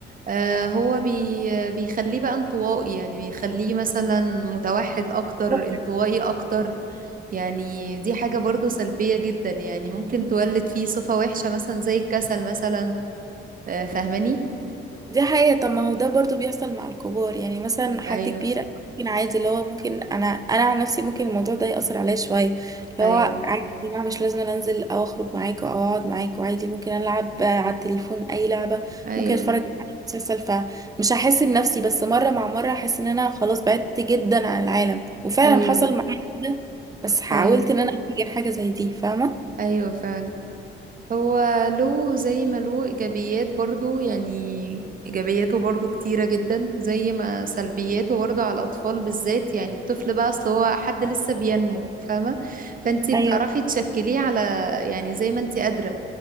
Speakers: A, on the right; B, on the right.
A: آه، هو بي بيخليه بقى انطوائي يعني بيخليه مثلا متوحد اكتر
B: جامد
A: انطوائي اكتر يعني دي حاجة برضو سلبية جدا يعني ممكن تولد فيه صفة وحشة مثلا زي الكسل مثلا آه، فاهماني
B: دي حقيقة طب ما هو ده برضو بيحصل مع الكبار يعني مثلا حد
A: ايوه
B: كبير أنا ممكن عادي اللي هو ممكن انا انا عن نفسي ممكن الموضوع ده يأثر عليا شوية اللي
A: ايوه
B: هو عادي يا جماعة مش لازم أنا انزل او اخرج معاكوا او اقعد معاكوا عادي ممكن العب على التليفون اي لعبة
A: ايوه
B: ممكن اتفرج على مسلسل فمش هحس بنفسي بس مرة مع مرة هحس ان انا خلاص بعدت جدا عن العالم وفعلا
A: ايوه
B: حصل معايا كده بس حاولت
A: ايوه
B: ان انا اغير حاجة زي دي فاهمة؟
A: ايوه فعلا هو له زي ما له إيجابيات برضو يعني إيجابياته برضو كتيرة جدا زي ما سلبياته برضو على الأطفال بالذات يعني الطفل بقى أصل هو حد لسه بينمو فاهمة فأنتي
B: ايوه
A: بتعرفي تشكليه على يعني زي ما أنتي قادرة